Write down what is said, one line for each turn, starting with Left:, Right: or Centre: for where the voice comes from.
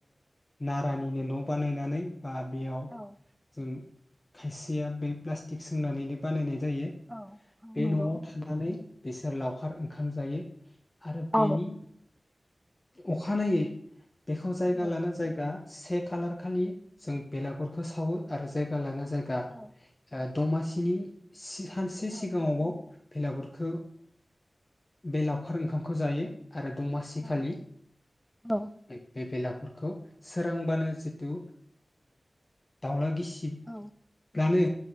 Left: नारानिनो न' बानायनानै बा बेयाव
Centre: औ
Left: जों खायसेया बे प्लास्टिक सोंनानैनो बानायनाय जायो
Centre: औ औ
Left: बे
Centre: नंगौ
Left: न'आव थानानै बिसोर लावखार ओंखाम जायो आरो
Centre: औ
Left: बेनि अखानायै बेखौ जायगा
Centre: औ
Left: लाना जायगा से खालार खालि जों बेलागुरखौ सावो आरो जायगा लाना जायगा
Centre: औ
Left: दमासिनि सानसे
Centre: औ
Left: सिगाङावबाव बेलागुरखौ बे लावखार ओंखामखौ जायो आरो दमासि
Centre: औ
Left: खालि
Centre: औ
Left: बे बेला गुरखौ सोरांबानो जिथु दावला गिसि रब्लानो
Centre: औ